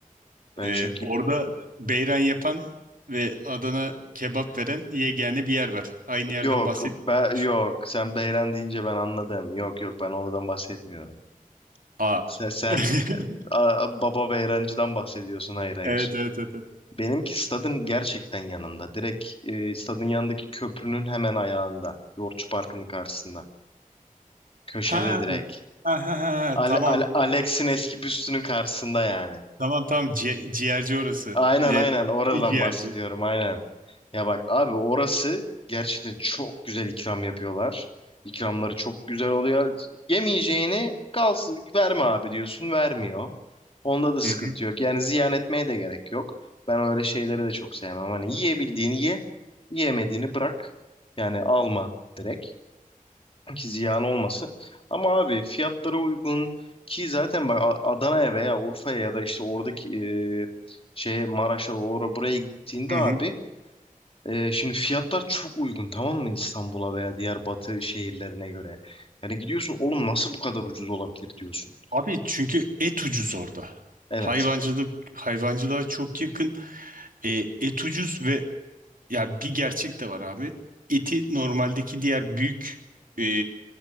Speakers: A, on the left (about 40°); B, on the right (about 75°).
A: Ben
B: E,
A: çünkü
B: orada beyran yapan ve Adana kebap veren yegane bir yer var. Aynı yerden
A: yok
B: bahset.
A: ben
B: Düşün.
A: yok sen Beyran deyince ben anladım. Yok yok ben oradan bahsetmiyorum.
B: Aa.
A: Sen, sen
B: <laughs>
A: a- baba Beyrancı'dan bahsediyorsun. Hayır hayır.
B: Evet evet evet. evet.
A: Benimki stadın gerçekten yanında. Direkt e, stadın yanındaki köprünün hemen ayağında. Yoğurtçu Parkı'nın karşısında. Köşede
B: Ha,
A: direkt.
B: ha, ha, ha.
A: Al
B: Tamam
A: Al-
B: tamam.
A: Alex'in eski büstünün karşısında yani.
B: Tamam tamam. Ci- ciğerci orası.
A: Aynen
B: Ci-
A: aynen oradan
B: bir ciğerci.
A: bahsediyorum aynen. Ya bak abi orası gerçekten çok güzel ikram yapıyorlar. İkramları çok güzel oluyor. Yemeyeceğini kalsın verme abi diyorsun vermiyor. Onda da
B: Hı
A: sıkıntı
B: hı.
A: yok. Yani ziyan etmeye de gerek yok. Ben öyle şeyleri de çok sevmem. Hani yiyebildiğini ye, yiyemediğini bırak. Yani alma direkt ki ziyan olmasın. Ama abi fiyatlara uygun ki zaten bak A- Adana'ya veya Urfa'ya ya da işte oradaki e, şeye Maraş'a oraya buraya gittiğinde
B: Hı
A: abi
B: hı.
A: e, şimdi fiyatlar çok uygun tamam mı İstanbul'a veya diğer batı şehirlerine göre. Yani gidiyorsun oğlum nasıl bu kadar ucuz olabilir diyorsun.
B: Abi çünkü et ucuz orada. Evet.
A: Evet.
B: Hayvancılık hayvancılığa çok yakın. E, et ucuz ve ya bir gerçek de var abi. Eti normaldeki diğer büyük e,